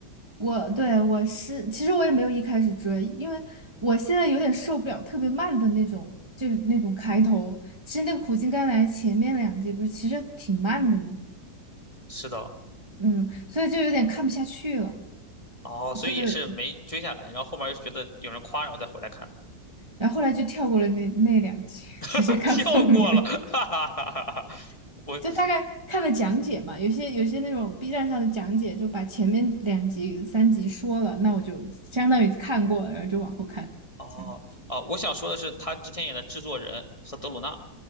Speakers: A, on the right (about 20°); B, on the left (about 20°).
A: 我对我是，其实我也没有一开始追，因为我现在有点受不了特别慢的那种，就是那种开头。其实那个苦尽甘来前面两集不是其实挺慢的嘛，
B: 是的，
A: 嗯，所以就有点看不下去了，
B: 哦，
A: 所以
B: 所以也是没追下来，然后后面又觉得有人夸，然后再回来看的，
A: 然后后来就跳过了那那两集，<laughs>
B: <laughs>
A: 直接看后面，
B: 跳过了，<laughs> 哈哈哈哈哈。
A: <laughs>
B: 我
A: 就大概看了讲解嘛，有些有些那种 B 站上的讲解就把前面两集三集说了，那我就相当于看过了，然后就往后看，
B: 哦哦，
A: 这样。
B: 我想说的是，他之前演的制作人和德鲁纳，